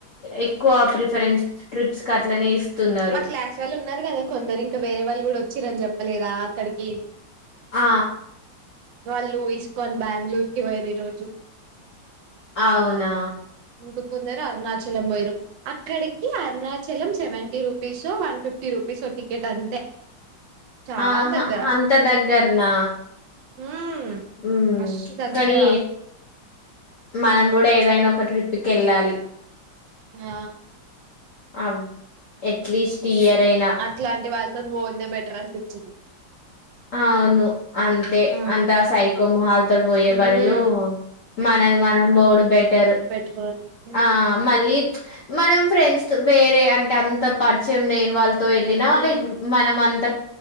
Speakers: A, on the left; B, on the right.
A: ఎక్కువ ప్రిఫరెన్స్ ట్రిప్స్ క అట్లనే ఇస్తున్నారు
B: మా క్లాస్ వాళ్ళు ఉన్నారు. కదా కొందరు ఇంకా వేరే వాళ్ళు కూడా వచ్చిరని చెప్పలేదా అక్కడికి
A: ఆ
B: వాళ్ళు ఇస్కన్ బెంగళూర్ కి పోయిరు. ఈ రోజు
A: అవునా
B: ఇంక కొందరు అరుణాచలం పోయరు. అక్కడికి Arunachalam seventy rupees one fifty రూపీసో టికెట్ అంతే చాలా
A: ఆహ
B: దగ్గర
A: అంత దగ్గరనా
B: ఉమ్
A: ఉమ్
B: మస్తు దగ్గర
A: కానీ మానంబడి ఇ ఏదైనా ఒక ట్రిప్కి కేళ్ళాలి.
B: ఆ
A: ఆ అట్లెస్ట్ ఈ ఇయర్ అయినా
B: ఇలాంటి వాళ్ళతో పోనిదే బెటర్ అనిపించింది.
A: ఆ అవును అంతే
B: ఆ
A: అంతా సైకో మొహాల తోటి పోయే
B: ఉమ్
A: బదులు మన మనం పోవుడు బెట్టరు
B: బం
A: ఆ మళ్ళీ మనం ఫ్రెండ్స్ వేరే అంటే అంత పరిచయం లేని వాళ్ళు. త వెళ్ళిన
B: ఉమ్
A: లైక్ మనం అంత